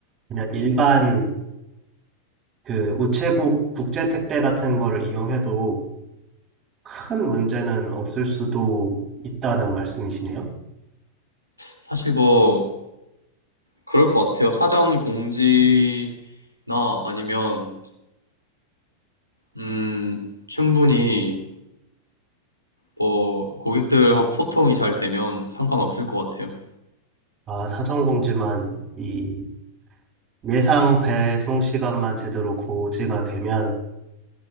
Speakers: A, on the right (about 30°); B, on the left (about 85°).
A: 그냥 일반 그 우체국 국제 택배 같은 거를 이용해도 큰 문제는 없을 수도 있다는 말씀이시네요.
B: 사실 뭐 그럴 것 같아요. 사전 공지나 아니면 음, 충분히 뭐 고객들하고 소통이 잘 되면 상관없을 것 같아요.
A: 아, 사전 공지만 이 예상 배송 시간만 제대로 고지가 되면